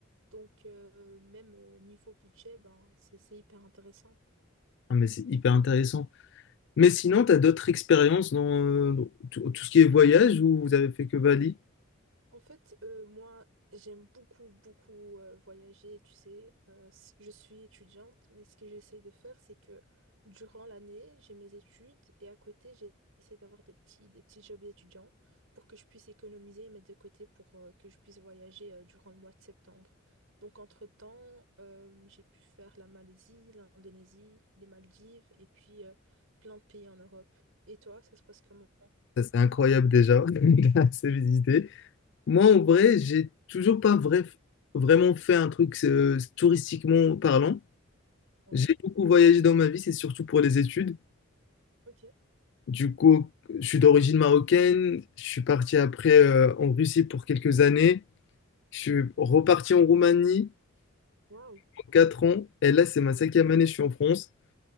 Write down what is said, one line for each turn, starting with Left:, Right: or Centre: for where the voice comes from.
Right: Donc, euh, même euh, niveau budget, ben, c'est c'est hyper intéressant.
Left: Ah mais c'est hyper intéressant. Mais sinon, tu as d'autres expériences dans euh, tout, tout ce qui est voyage où vous avez fait que Bali?
Right: En fait, euh, moi, j'aime beaucoup, beaucoup euh, voyager, tu sais. Euh, c- je suis étudiante, mais ce que j'essaye de faire, c'est que durant l'année, j'ai mes études et à côté, j'essaie d'avoir des petits, des petits jobs d'étudiant pour que je puisse économiser et mettre de côté pour euh, que je puisse voyager euh, durant le mois de septembre. Donc, entre-temps, euh, j'ai pu faire la Malaisie, l'Indonésie, les Maldives et puis euh, plein de pays en Europe. Et toi, ça se passe comment?
Left: Ça, c'est incroyable déjà, <laughs> c'est assez visité. Moi, en vrai, j'ai toujours pas vrai- vraiment fait un truc euh, touristiquement parlant.
Right: Ouais,
Left: J'ai beaucoup voyagé dans ma vie, c'est surtout pour les études.
Right: ok.
Left: Du coup, je suis d'origine marocaine. Je suis parti après euh, en Russie pour quelques années. Je suis reparti en Roumanie
Right: Waouh,
Left: pour 4 ans. Et là, c'est ma cinquième année, je suis en France.